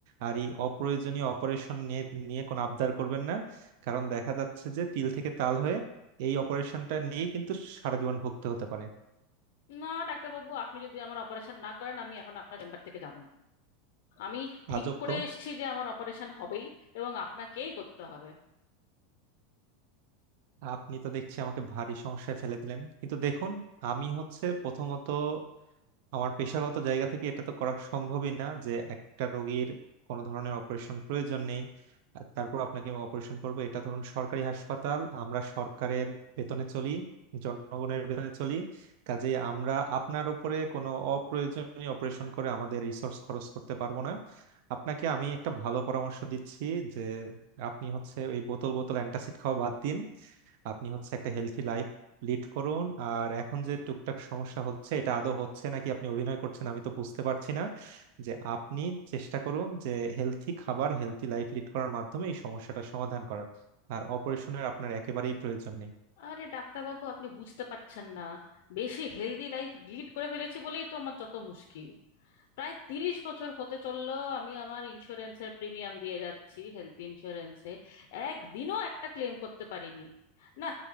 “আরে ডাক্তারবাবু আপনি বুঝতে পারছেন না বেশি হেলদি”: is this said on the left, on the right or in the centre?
Left